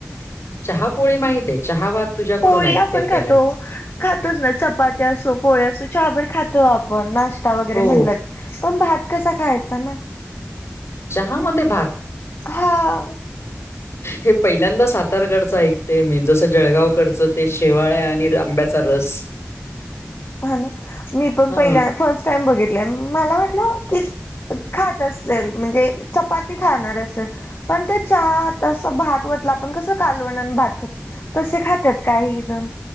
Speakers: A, on the left; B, on the left.
A: चहा पोळी माहिती आहे चहा भात. तुझ्याकडून
B: पोळी
A: ऐकतेय
B: आपण
A: पहिल्यांदा
B: खातो खातोच ना चपात्या असो पोळी असो चहा खातो आपण ना टा वगैरे
A: हो
B: म्हणलं की पण भात कसा खायचा ना?
A: चहा मध्ये भात
B: हा
A: हे पहिल्यांदाच सात सातारकडचं ऐकते मी जसं जळगावकडचं ते शेवाळ्या आणि आंब्याचा रस. <inaudible>
B: हा ना मी पण
A: ह
B: पहिल्या फर्स्ट टाइम बघितले मला वाटलं की खात असेल म्हणजे चपाती खाणार अस. पण ते चहा असं भात ओतला आपण कसं कालवण आणि भात खातो. तसे खातात काही जण